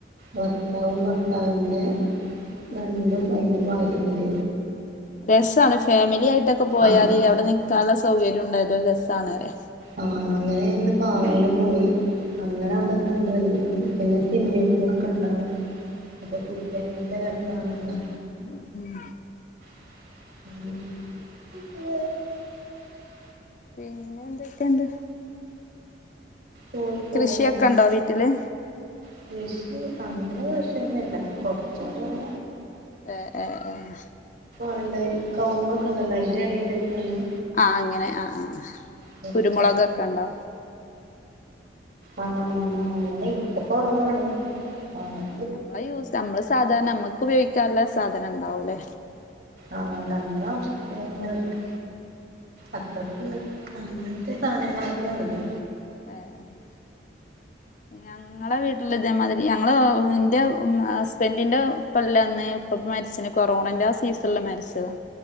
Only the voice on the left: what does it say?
ആ
രസാണ് ഫാമിലി ആയി ട്ടോക്കെ പോയാല്
അവിടെ നിൽക്കാനുള്ള സൗകര്യം ഉണ്ടായ രസ് തണേ
ഉ ഉം
പിന്നെ എന്തൊക്ക എന്ത്
കൃഷിയൊക്കെ ഉണ്ടോ വീട്ടില്
ഏഹ് ഹ ഏഹ്
ആഹ് അങ്ങനെ ആഹ് ആഹ്
കുരുമുളകൊക്കെ ഉണ്ടോ
നമ്മളെ യൂസ് നമ്മള് സാധാരണ നമ്മക്കുപയോഗിക്കാൻള്ള സ സാധനം ഇണ്ടാവുല്ലേ
ഏഹ് ഞങ്ങളെ വീട്ടിലിതേമാതിരി ഞങ്ങള് എന്റെ ഹസ്ബൻഡിന്റെ ഉപ്പെല്ലന്ന് ഉപ്പ പ്പംമരിച്ചിണ് കൊറോണന്റെ ആ സീസണില് മരിച്ചതാ